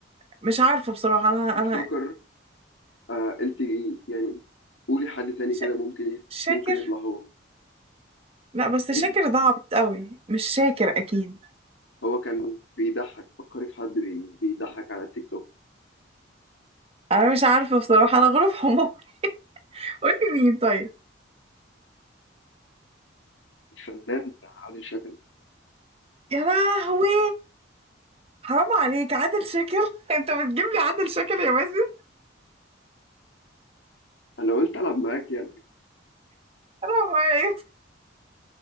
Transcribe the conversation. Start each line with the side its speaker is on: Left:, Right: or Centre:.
Right: مش عارفة بصراحة أنا
Left: تيك
Right: أنا
Left: توكر آه انت يعني قولي حد تاني كده
Right: شا-
Left: ممكن
Right: شاكر
Left: ممكن يطلع هو
Right: لا بس
Left: مين
Right: شاكر ده عبيط قوي مش شاكر أكيد
Left: هو كان بيضحك فكري في حد بي- بيضحك على التيك توك
Right: أنا مش عارفة بصراحة أنا غروب حمار <laughs> قولي مين طيب
Left: الفنان عادل شكل
Right: يا لهوي حرام عليك عادل شاكر <laughs> انت بتجيب لي عادل شاكر يا مازن
Left: انا قلت العب معاك يعني
Right: حرام عليك.